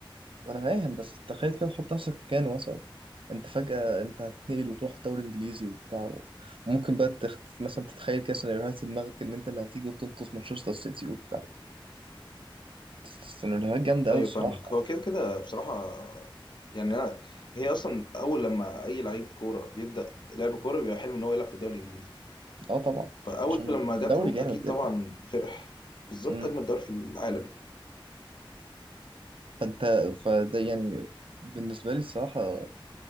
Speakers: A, on the right (about 75°); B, on the left (about 55°).
A: أنا فاهم بس تخيل كده حط نفسك مكانه مثلا أنت فجأة أنت هتتنقل وتروح دوري إنجليزي وبتاع و- وممكن بقى تخ... مثلا تتخيل كده سيناريوهات في دماغك إن أنت اللي هتيجي وتنقذ مانشستر سيتي وبتاع سيناريوهات جامدة
B: ايوه
A: أوي الصراحة
B: فاهمك
A: يعني.
B: هو كده كده بصراحه يعني انا هي اصلا اول لما اي لعيب كوره بيبدا لعب كوره بيبقى حلم ان هو يلعب في الدوري الانجليزي
A: أه طبعا
B: فاول
A: عشان
B: لما جات
A: الدوري
B: له
A: جامد
B: اكيد
A: يا
B: طبعا
A: ابني
B: فرح بالظبط
A: أمم.
B: اجمل دوري في العالم
A: فأنت فده يعني بالنسبة لي الصراحة